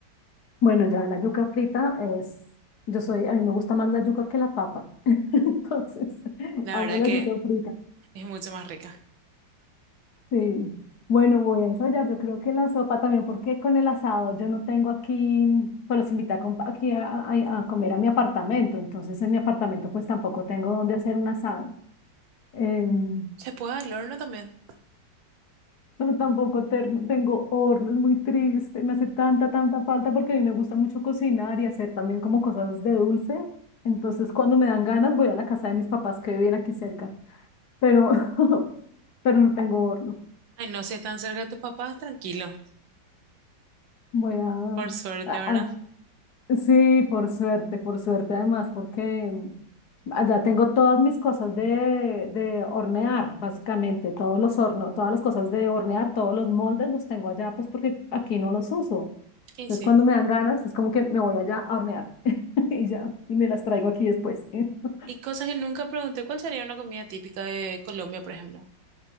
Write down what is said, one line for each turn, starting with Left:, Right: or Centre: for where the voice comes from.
Left: bueno, ya la yuca frita es, yo soy, a mí me gusta más la yuca que la papa, <laughs> entonces
Right: La
Left: amo
Right: verdad
Left: la
Right: que
Left: yuca frita,
Right: es mucho más rica.
Left: sí. Bueno, voy a ensayar, yo creo que la sopa también, porque con el asado yo no tengo aquí, pues los invité a com- aquí a, a- a comer a mi apartamento, entonces en mi apartamento pues tampoco tengo dónde hacer un asado. Em,
Right: Se puede al horno también.
Left: pero tampoco ter- tengo horno, es muy triste, me hace tanta, tanta falta porque a mí me gusta mucho cocinar y hacer también como cosas de dulce. Entonces, cuando me dan ganas, voy a la casa de mis papás que viven aquí cerca, pero, <laughs> pero no tengo horno.
Right: Ay, no, si están cerca de tus papás, tranquilo,
Left: Voy a,
Right: por
Left: a-
Right: suerte, ¿verdad?
Left: a- sí, por suerte, por suerte además, porque allá tengo todas mis cosas de, de hornear, básicamente, todos los hornos, todas las cosas de hornear, todos los moldes los tengo allá, pues porque aquí no los uso.
Right: Y
Left: Entonces,
Right: sí.
Left: cuando me dan ganas, es como que me voy allá a hornear <laughs> y ya, y me las traigo aquí después. <laughs>
Right: Y cosas que nunca pregunté, ¿cuál sería una comida típica de Colombia, por ejemplo?